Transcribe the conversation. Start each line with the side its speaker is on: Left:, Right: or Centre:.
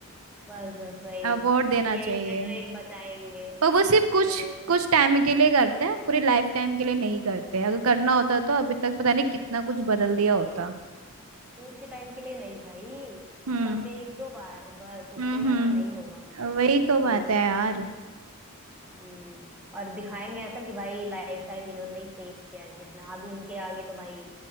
Centre: बस बस वही
Right: अवार्ड देना चाहिए
Centre: यही है जो एक बचाएंगे
Right: पर वो सिर्फ कुछ
Centre: पूरे
Right: कुछ टाइम के लिए करते हैं पूरे लाइफ टाइम के लिए नहीं करते अगर करना होता तो अभी
Centre: कुछ
Right: तक पता नहीं कितना कुछ बदल दिया होता
Centre: कुछ टाइम के लिए नहीं भाई
Right: हम्म
Centre: बस एक दो बार बस उससे
Right: हम्म
Centre: ज्यादा
Right: हम्म
Centre: नहीं होगा उनसे हम्म
Right: वही तो बात है
Centre: भाई
Right: यार
Centre: हम्म और दिखाएंगे ऐसा कि भाई लाइफ टाइम इन्होंने ही सेव किया है जितना अब इनके आगे तो भाई